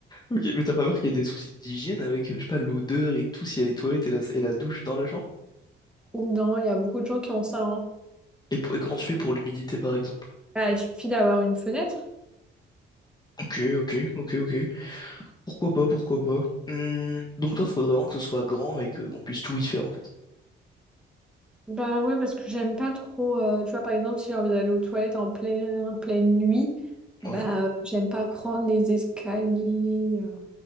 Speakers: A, on the left (about 20°); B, in the centre.
A: Ok, mais t'as pas peur qu'il y ait des soucis d'hygiène avec, euh, je sais pas, l'odeur et tout, s'il y a les toilettes et la, et la douche dans la chambre?
B: Non, il y a beaucoup de gens qui ont ça, hein.
A: Et, pour- et comment tu fais pour l'humidité, par exemple?
B: Bah, il suffit d'avoir une fenêtre.
A: Ok, ok, ok, ok. Pourquoi pas, pourquoi pas. Hum, donc toi, faudrait vraiment que ce soit grand et qu'on puisse tout y faire, en fait.
B: Bah ouais, parce que j'aime pas trop. euh, tu vois, par exemple, si j'ai envie d'aller aux toilettes en plein, pleine nuit, bah
A: Ouais.
B: euh, j'aime pas prendre les escaliers. euh,